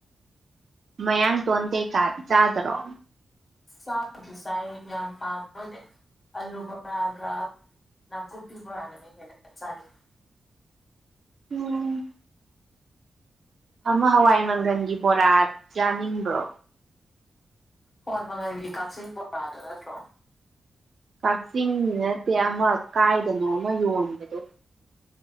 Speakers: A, on the right (about 50°); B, on the left (about 25°).
A: ꯃꯌꯥꯡ ꯇꯣꯟꯣꯟꯇꯦ ꯀꯥ ꯆꯥꯗꯔꯣ
B: ꯆꯥꯕꯗꯨ ꯆꯥꯏ ꯌꯥꯝ ꯄꯥꯝꯕꯣꯏꯗꯤ ꯑꯂꯨ ꯄꯨꯕꯣꯔꯛꯒ ꯅꯥꯀꯨꯞꯄꯤ ꯄꯨꯕꯣꯔꯥꯒꯅ ꯍꯦꯟꯅ ꯆꯥꯅꯤꯡꯉꯤ
A: ꯎꯝ ꯑꯃ ꯍꯋꯥꯏ ꯃꯪꯒꯜꯒꯤ ꯕꯣꯔꯥ ꯌꯥꯥꯅꯤꯡꯕ꯭ꯔꯣ
B: ꯍꯣꯏ ꯃꯒꯟꯒꯤ ꯀꯛꯆꯤꯡ ꯕꯣꯔꯥꯗ ꯅꯠꯇ꯭ꯔꯣ
A: ꯀꯛꯆꯤꯡꯗꯤ ꯅꯠꯇꯦ ꯑꯃ ꯀꯥꯏꯗꯅꯣ ꯑꯃ ꯌꯣꯟꯕꯗꯣ